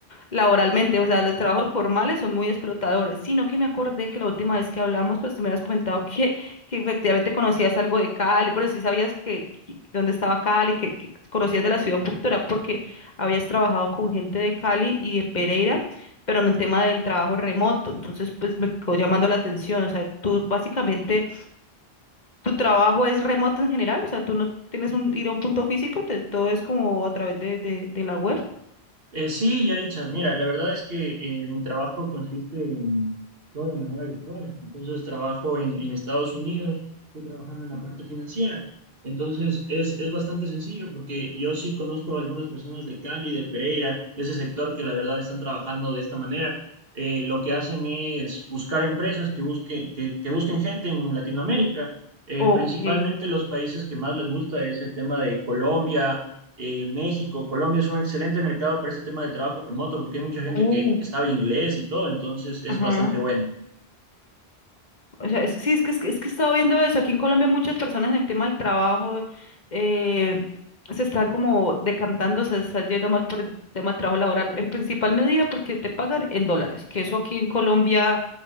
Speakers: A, on the left; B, on the right.
A: laboralmente, o sea, los trabajos formales son muy explotadores, sino que me acordé que la última vez que hablamos, pues tú me habías comentado que, que efectivamente conocías algo de Cali, bueno, sí sabías que, que- dónde estaba Cali, que, que conocías de la ciudad un poquito, era porque habías trabajado con gente de Cali y de Pereira, pero en el tema del trabajo remoto. Entonces, pues me quedó llamando la atención. O sea, tú básicamente, tu trabajo es remoto en general, o sea, tú no tienes un, ir a un punto físico, te- todo es como a través de, de, de la web.
B: Eh, sí, Yaritza, mira, la verdad es que eh, mi trabajo consiste en todo de manera virtual. Entonces trabajo en, en Estados Unidos, estoy trabajando en la parte financiera. Entonces es, es bastante sencillo porque yo sí conozco a algunas personas de Cali, de Pereira, de ese sector que la verdad están trabajando de esta manera. Eh, lo que hacen es buscar empresas que busquen, que, que busquen gente en Latinoamérica. Eh,
A: Ok.
B: principalmente los países que más les gusta es el tema de Colombia eh, México, Colombia es un excelente mercado para este tema del trabajo remoto porque hay mucha gente
A: Oh,
B: que, que sabe inglés y todo, entonces es
A: ajá.
B: bastante bueno.
A: O sea, es, sí, es que, es que, es que he estado viendo eso. Aquí en Colombia muchas personas en el tema del trabajo eh, se están como decantando, se están yendo más por el tema del trabajo laboral, en principal medida porque te pagan en dólares, que eso aquí en Colombia,